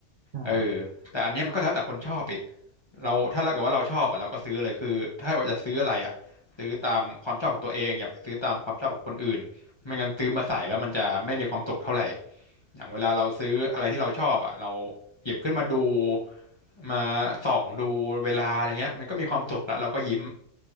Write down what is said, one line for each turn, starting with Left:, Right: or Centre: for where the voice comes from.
Right: ใช่
Left: เออแต่อันเนี้ยมันก็แล้วแต่คนชอบอีกเราถ้าเราเกิดว่าเราชอบอ่ะเราก็ซื้อเลยคือถ้าว่าจะซื้ออะไรอ่ะซื้อตามความชอบของตัวเองอย่าไปซื้อตามความชอบของคนอื่น ไม่งั้นซื้อมาใส่แล้วมันจะไม่มีความสุขเท่าไหร่อย่างเวลาเราซื้ออะไรที่เราชอบอ่ะเราหยิบขึ้นมาดูมาส่องดูเวลาอะไรเงี้ยมันก็มีความสุขแล้วเราก็ยิ้ม